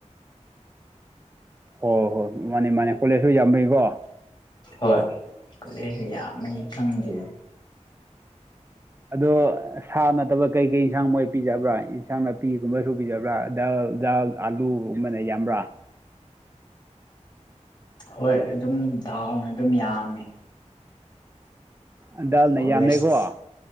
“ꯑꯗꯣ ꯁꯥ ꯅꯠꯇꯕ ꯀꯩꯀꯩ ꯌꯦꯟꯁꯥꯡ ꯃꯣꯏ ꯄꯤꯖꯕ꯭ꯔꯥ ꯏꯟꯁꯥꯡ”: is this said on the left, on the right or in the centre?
Right